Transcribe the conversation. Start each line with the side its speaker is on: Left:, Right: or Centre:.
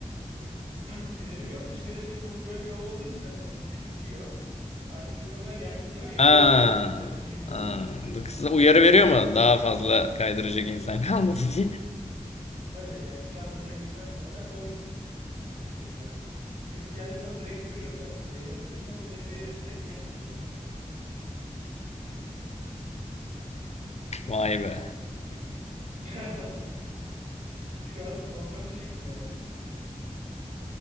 Right: <clears throat> <laughs> Premium yok da şöyle bir çok profil olmadığı için zaten profil bitiyor. Artık insanlar geldikçe ve yine
Left: Ha.
Right: hesap açıldıkça bir bir geliyor.
Left: Ha.
Right: böyle.
Left: Kısa uyarı veriyor mu? Daha fazla kaydıracak insan
Right: <clears throat>
Left: kalmadı diye.
Right: <laughs> Tabii yani şu an mesela girsem muhtemelen boştur ee, tekrar. Birisi geldiği zaman direkt görüyorum zaten. Beğeni atıyorum. O da beni beğenirse direkt match oluyor zaten.
Left: <laughs> Vay be.
Right: <clears throat> <laughs> Şu an ortam bu şekilde yani.